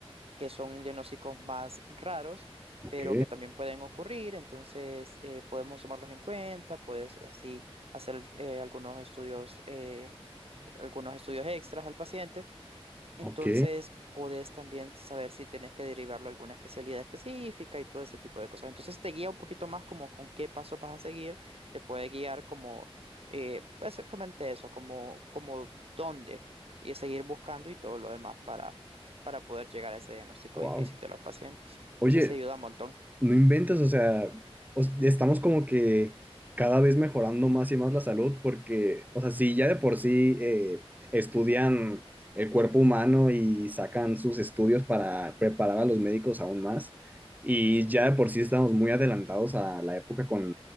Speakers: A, on the right (about 70°); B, on the right (about 15°).
A: que son diagnósticos más raros,
B: ok,
A: pero que también pueden ocurrir, entonces eh, podemos tomarlos en cuenta, puedes así hacer eh, algunos estudios, eh, algunos estudios extras al paciente. Entonces,
B: ok,
A: podés también saber si tenés que derivarlo a alguna especialidad específica y todo ese tipo de cosas. Entonces, te guía un poquito más como con qué paso vas a seguir, te puede guiar como eh, básicamente eso, como, como dónde y seguir buscando y todo lo demás para, para poder llegar a ese diagnóstico
B: wow.
A: difícil de los pacientes.
B: Oye,
A: Entonces, sí ayuda un montón.
B: No inventas, o sea, os- estamos como que cada vez mejorando más y más la salud porque, o sea, si ya de por sí eh, estudian el cuerpo humano y sacan sus estudios para preparar a los médicos aún más, y ya de por sí estamos muy adelantados a la época con,